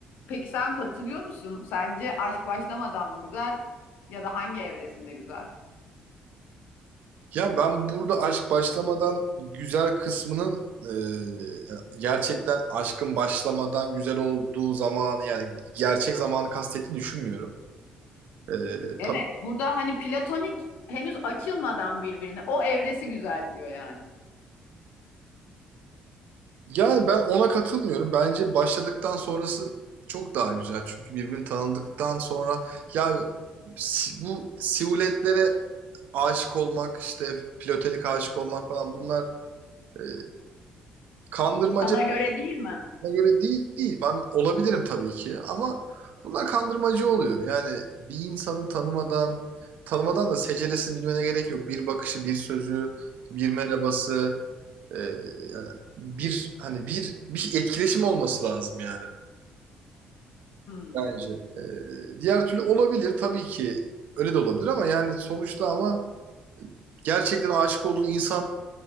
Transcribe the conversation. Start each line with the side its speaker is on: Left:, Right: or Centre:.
Left: Peki sen katılıyor musun? Sence aşk başlamadan mı güzel ya da hangi evresinde güzel?
Right: Ya ben burada aşk başlamadan güzel kısmının e, gerçekten aşkın başlamadan güzel olduğu zamanı yani gerçek zamanı kastettiğini düşünmüyorum. E,
Left: Evet,
Right: tabii
Left: burada hani platonik henüz açılmadan birbirine o evresi güzel diyor yani.
Right: Yani ben ona katılmıyorum. Bence başladıktan sonrası çok daha güzel. Çünkü birbirini tanıdıktan sonra ya si- bu siluetlere aşık olmak işte platonik aşık olmak falan bunlar e, kandırmaca
Left: Sana göre değil mi?
Right: Bana göre değil değil. Ben olabilirim tabii ki ama bunlar kandırmacı oluyor. Yani bir insanı tanımadan tanımadan da seceresini bilmene gerek yok. Bir bakışı, bir sözü, bir merhabası. Ee, yani bir hani bir bir etkileşim olması lazım yani
Left: Hmm.
Right: bence. Ee, diğer türlü olabilir tabii ki öyle de olabilir ama yani sonuçta ama gerçekten aşık olduğun insan